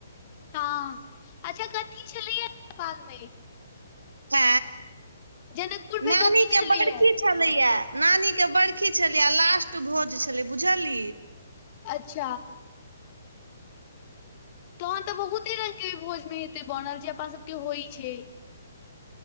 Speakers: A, on the left; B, on the right.
A: हँ अच्छा कथी छलैया नेपाल म
B: ह
A: जनकपुर मे
B: नानी
A: कथी
B: के
A: छलैया
B: बरख छलैया नानी के बर्खी छलिय आ लास्ट भोज छलै बुझल
A: अच्छ तहन तऽ बहुते रंग के भोज मे हेत बनल छै अपन सबके होइ छ